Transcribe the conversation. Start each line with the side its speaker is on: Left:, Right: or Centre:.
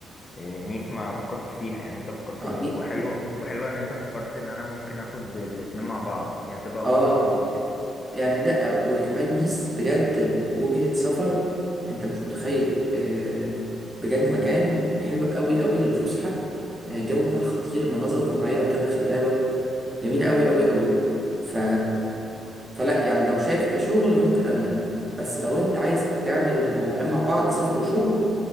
Left: إيه، نيس ما فكرتش فيها يعني انت فكرتني
Right: اه ني...
Left: وحلو وحلوة ان انت فكرت ان انا ممكن اخد الاتنين مع بعض دي هتبقى
Right: اه
Left: اوفر كتير يعني
Right: يعني لا وكمان نيس بجد وجهة سفر انت مش متخيل آه، بجد مكان حلو قوي قوي للفسحة آه، الجو بتاعها خطير مناظر طبيعية كده خلابة جميلة قوي قوي قوي ف... فلا يعني لو شايف كشغل ممكن ألمانيا بس لو انت عايز تعمل الموضوعين مع بعض سفر وشغل